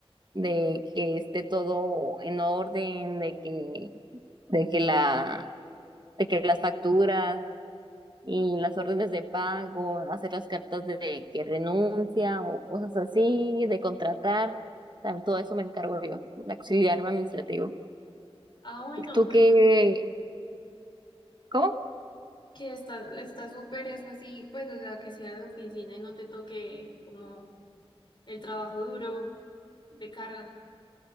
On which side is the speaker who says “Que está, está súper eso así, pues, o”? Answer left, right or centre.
Left